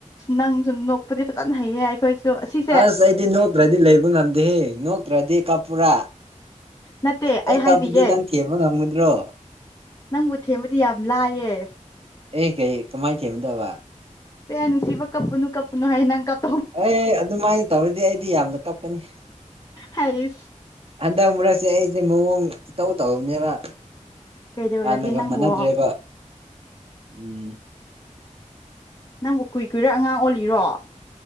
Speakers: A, on the left; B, on the right.
A: ꯅꯪ ꯁꯨꯝ ꯅꯣꯛꯄꯗꯤ ꯐꯖꯅ ꯍꯩꯌꯦ ꯍꯥꯏ ꯑꯩꯈꯣꯏꯁꯨ ꯑꯁꯤ
B: ꯑꯁ ꯑꯩꯗꯤ ꯅꯣꯛꯇ꯭ꯔꯗꯤ ꯂꯩꯕ ꯉꯝꯗꯦꯍꯦ ꯅꯣꯛꯇ꯭ꯔꯗꯤ ꯀꯞꯄꯨꯔꯥ
A: ꯅꯠꯇꯦ
B: ꯑꯩ
A: ꯍꯥꯏꯕꯤꯒꯦ
B: ꯀꯞꯄꯗꯤ ꯅꯪ ꯊꯦꯝꯕ ꯉꯝꯒꯗ꯭ꯔꯣ
A: ꯅꯪꯕꯨ ꯊꯦꯝꯕꯗꯤ ꯌꯥꯝ ꯂꯥꯏꯌꯦ
B: ꯑꯦ ꯀꯩ ꯀꯃꯥꯏꯅ ꯊꯦꯝꯕꯗꯧꯕ
A: ꯁꯦ ꯅꯨꯡ ꯁꯤꯕ ꯀꯞꯄꯅꯨ ꯀꯞꯄꯅꯨ ꯍꯥꯏ ꯅꯪ ꯀꯞ
B: ꯑꯦ ꯑꯗꯨꯃꯥꯏꯅ ꯇꯧꯔꯗꯤ ꯑꯩꯗꯤ ꯌꯥꯝꯅ ꯀꯞꯀꯅꯤ
A: ꯍꯥꯏ
B: ꯍꯟꯗꯛ ꯃꯔꯛꯁꯦ ꯑꯩꯁꯦ ꯃꯑꯣꯡ ꯏꯇꯧ ꯇꯧꯅꯦꯕ
A: ꯀꯩꯗꯧꯔꯒꯦ
B: ꯍꯥꯟꯅꯒ
A: ꯅꯪꯕꯣ
B: ꯃꯅꯗ꯭ꯔꯦꯕ ꯎꯝ
A: ꯅꯪꯕꯨ ꯀꯨꯏ ꯀꯨꯏꯔꯥ ꯑꯉꯥꯡ ꯑꯣꯜꯂꯤꯔꯣ